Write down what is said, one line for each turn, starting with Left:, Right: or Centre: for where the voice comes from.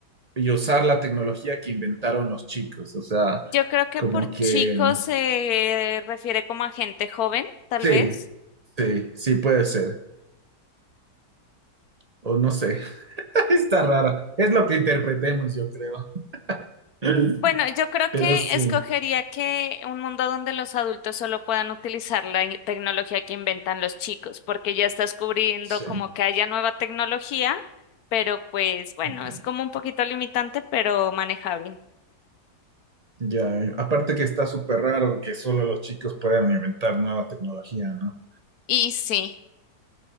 Right: y usar la tecnología que inventaron los chicos. O sea,
Left: Yo creo que
Right: como
Left: por
Right: que
Left: chicos se refiere como a gente joven, tal
Right: sí,
Left: vez.
Right: sí, sí puede ser. O no sé, <laughs> está rara. Es lo que interpretemos, yo creo. <laughs>
Left: Bueno, yo creo
Right: Pero
Left: que
Right: sí,
Left: escogería que un mundo donde los adultos solo puedan utilizar la in- tecnología que inventan los chicos, porque ya estás cubriendo
Right: sí.
Left: como que haya nueva tecnología, pero pues bueno,
Right: Ya.
Left: es como un poquito limitante, pero manejable.
Right: Ya, eh, aparte que está súper raro que solo los chicos puedan inventar nueva tecnología, ¿no?
Left: Y sí,